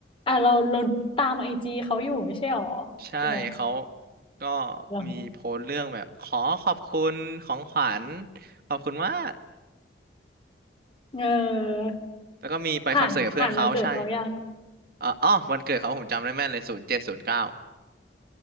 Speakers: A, on the left; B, on the right.
A: อ่ะเราเราตามไอจีเขาอยู่ไม่ใช่หรอ
B: ใช่เขา
A: ใช่ไหม
B: ก็
A: เหรา
B: มีโพสต์เรื่องแบบขอขอบคุณของขวัญขอบคุณมาก
A: เออ
B: แล้วก็มีไปคอนเสิร์ตกับเพื่อนเขาใช่
A: ผ่านผ่านวันเกิดเขายัง
B: อ๋อออวันเกิดเขาผมจำได้แม่นเลยศูนย์เจ็ดศูนย์เก้า